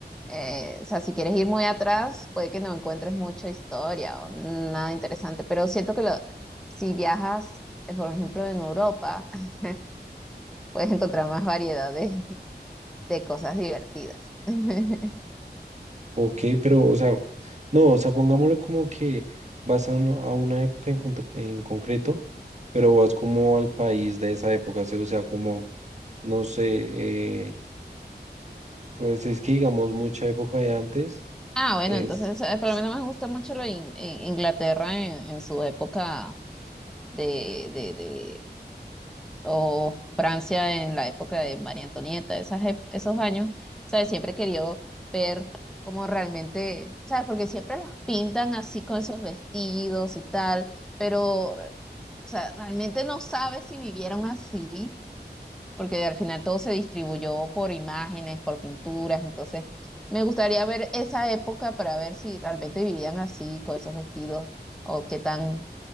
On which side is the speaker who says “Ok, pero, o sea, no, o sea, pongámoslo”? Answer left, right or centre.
Right